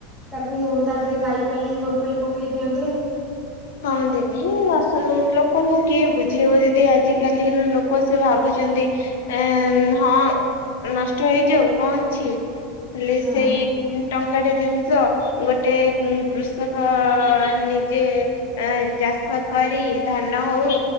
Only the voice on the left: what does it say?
ହଁ ଦିଦି ଆସୁ ଲୋକଙ୍କୁ କିଏ ବୁଝେଇବ ଦିଦି ଆଜିକାଲିର ଲୋକ ସେ ଭାବୁଛନ୍ତି ଏଁ ହଁ ନଷ୍ଟ ହେଇଯାଉ କଣ ଅଛି ହେଲେ
ସେଇ ଟଙ୍କାଟେ ଜିନିଷ ଗୋଟେ କୃଷକ ନିଜେ ତା ଏଇ ଚାଷ କରି ଧାନ ହଉ